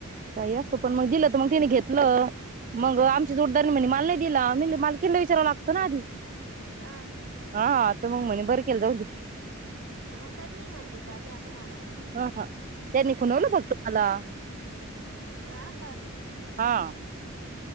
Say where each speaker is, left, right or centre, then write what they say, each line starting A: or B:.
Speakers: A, on the right (about 40°); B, on the right (about 65°).
A: काही असो. पण मग दिलं तर मग तिने घेतलं. मग आमची जोडीदार म्हणे मला नाही दिला. मी म्हणल मालकीन ला विचारवं लागतं ना आधी.
B: हा
A: हा. आता मंग म्हणे बर केल जाऊदे.
B: नंतर म्हणली का न्या तुम्हाला? काही
A: हा हा त्यांनी खुनवलं
B: नाही
A: फक्त मला.
B: हा का.
A: हा.